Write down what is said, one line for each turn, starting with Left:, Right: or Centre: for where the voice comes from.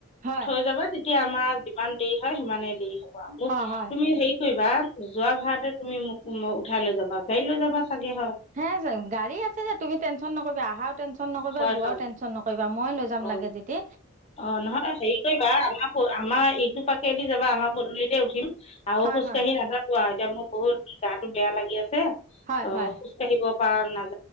Right: হয়
Left: থৈ যাবা তেতিয়া। তেয়া আমাৰ যিমান দেৰি হয় সিমানেই দেৰি হ'ব আৰু মোক
Right: হয় হয়
Left: তুমি সেই কি কৰিবা যোৱা ভাাৰাতে তুমি মোক উঠাই লৈ যাবা গাড়ী লৈ যাবা চাগে হয়,
Right: হে যে গাড়ী আছে যে, তুমি টেনচন নকৰিবা আহা। টেনচন নকৰিবা
Left: হয়,
Right: যোৱাও
Left: হয়,
Right: টেনচন নকৰিবা, মই লৈ যাম
Left: অ'।
Right: লাগে যেদি।
Left: অ' নহলে হেৰি কৰিবা আমাৰ আমাৰ এইটো পাাকেদি যাবা আমাৰ পদূলিতে উঠিম আৰু
Right: হয়
Left: খোজ
Right: হয়
Left: কাঢ়ি নাাজাব আৰু এতিয়া মোক বহুত <unintelligible> গা বেয়া লাগি আছে।
Right: হয়
Left: অহ,
Right: হয়
Left: খোজ কাঢ়িব পৰা নাজাই।